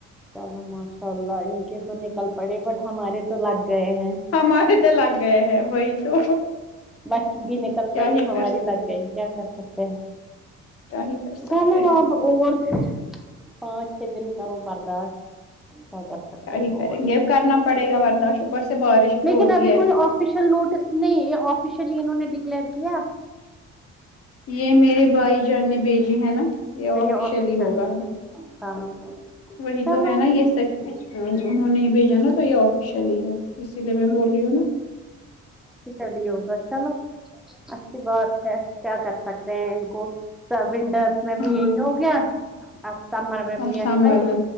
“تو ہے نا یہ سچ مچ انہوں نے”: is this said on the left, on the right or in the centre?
Left